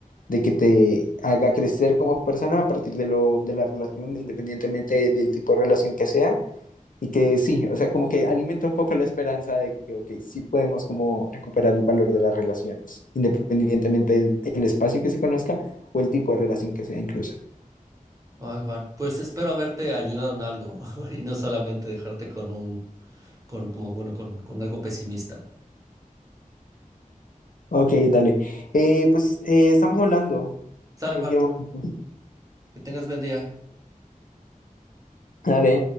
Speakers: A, on the left; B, on the right.
A: de que te haga crecer como persona a partir de, lo, de la relación, independientemente del tipo de relación que sea. Y que sí, o sea, como que alimenta un poco la esperanza de que, ok, sí podemos como recuperar el valor de las relaciones, independientemente del espacio que se conozca o el tipo de relación que sea incluso.
B: Ay, Juan, pues espero haberte ayudado en algo <laughs> y no solamente dejarte con un, con, como, bueno, con, con algo pesimista.
A: Ok, dale. Eh, pues eh, estamos hablando
B: Sale,
A: en cualquier
B: Juan,
A: momento.
B: que tengas buen día.
A: Dale.